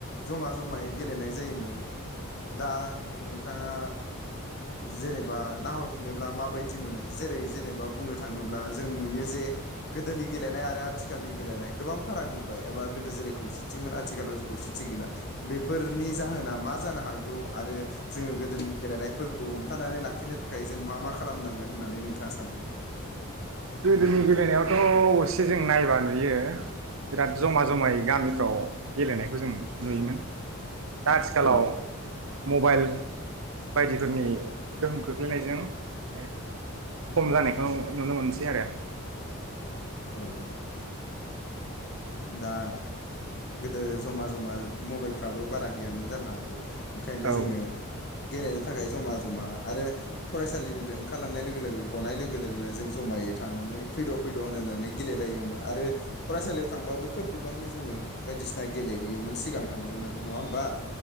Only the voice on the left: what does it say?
ज'मा ज'मायै गेलेनाय जायोमोन। दा नों थाङा जेनेबा नाहरफिनोब्ला माबायदि मोनो? जेरै जेनेबा बुंनो थाङोब्ला जों नुयो जे गोदोनि गेलेनाय आरो आथिखालनि गेलेनाय गोबां फाराग नुबाय एबा गोदो जेरै खौसेथिमोन आथिखालाव खौसेथि गैला बेफोरनि जाहोना मा जानो हागौ आरो जोङो गोदोनि गेलेनाय फोरखौ हमथानानै लाखिनो थाखाय जों मा मा खालामनांगोन होननानै नोंथाङा सानो?
औ
औ। दा गोदो ज'मा ज'मा मबाइलफ्राबो बारा गैयामोन जानो हागौ। ओंखायनो
जोङो गेलेनो थाखाय ज'मा ज'मा आरो फरायसालिनिफ्राय ओंखारलांनाय लोगो लोगो गनाय लोगो लोगोनो जों ज'मायै थांनानै फैद' फैद' होनलायनानै गेलेलायोमोन आरो फरायसालियाव थांबाबो खोब बिबांनि जोङो बायदिसिना गेलेहैयोमोन सिगां थांग्रोनानै। नङा होमबा?